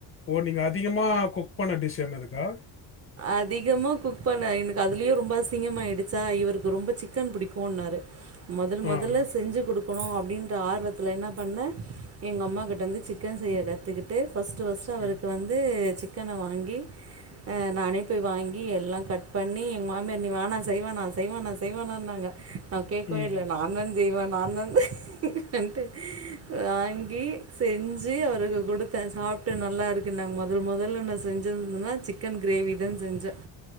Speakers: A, on the left; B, on the right.
A: ஓ நீங்க அதிகமா குக் பண்ண டிஷ் என்னதுக்கா
B: அதிகமா குக் பண்ண எனக்கு அதுலயே ரொம்ப அசிங்கமாயிடுச்சா இவருக்கு ரொம்ப சிக்கன் பிடிக்கும்ன்னாரு முதல்
A: ஆ
B: முதல்ல
A: ஆ.
B: செஞ்சு கொடுக்க கணும் அப்டின்ற ஆர்வத்தில் என்ன பண்ணே எங்கள் அம்மாக்கிட்ட வந்து சிக்கன் செய்ய கத்துக்கிட்டு ஃபஸ்ட்டு ஃபஸு அவருக்கு
A: ம்
B: வந்து ச சிக்கனை வாங்கி அ நானே போய் வாங்கி எல்லாம் கட் பண்ணி எங் மாமியார் நீ வனா செய்வனா செய்வனா செய்வானான்னாங்க நான் கேட்கவே
A: ம்
B: இல்லை நான் தான் செய்வ நா தன் செய்வன்டு வாங்கி செஞ்சு அவருக்கு கொடுத்தேன் சாப்டு நல்லா இருக்கு நாங்க முதல் முதல்ல நான் செஞ்சந்தன்னா சி சிக்கன் கிரேவி தான் செஞ்சேன்